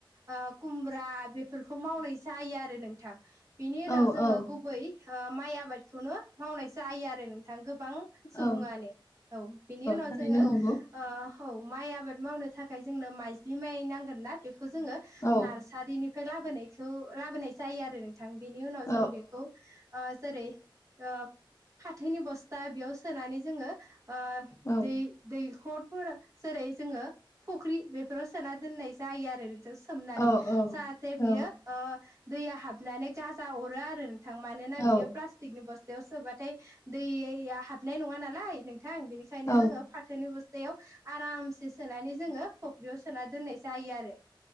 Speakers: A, on the right; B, on the left.
A: ओ कुमब्रा बेफोरखौ मावनाय जायो आरो नोंथां बेनि उनाव
B: औ
A: जोङो
B: औ
A: गुबै ओ माइ आबादखौनो मावनाय जायो आरो नोंथां गो बां सुबुङानो
B: औ
A: औ बिनि उनाव
B: थारैनो
A: जोङो
B: नंगौ
A: ओ औ माइ आबाद मावनो थाखाय जोंनो माइज्लि माइ नांगोन ना बेखौ जोङो
B: औ
A: नार्सारिनि ओफ्राय लाबोनायखौ लाबोनाय जायो आरो नोंथां बेनि उनाव
B: औ
A: जों बेखौ ओ जेरै ओ फाथोनि बस्था बेयाव सोनानै जोङो ओ
B: औ
A: दै दै हाखरफोर जेरै जोङो फुख्रि बेफोराव सोना दोननाय जायो आरो। जों सोमनानै
B: औ औ
A: जाहाथे
B: औ
A: बियो ओ दैया हाबनानै गाजा अरो आरो। नोंथां मानोना
B: औ
A: बियो प्लास्टिकनि बस्थायाव सोबाथाय दैया हाबनाय नङा नालाय। नोंथां बिनिखायनो
B: औ
A: जोङो फाथोनि बस स्थायाव आरामसे सोनानै जोङो फुख्रियाव सोना दोननाय जायो आरो।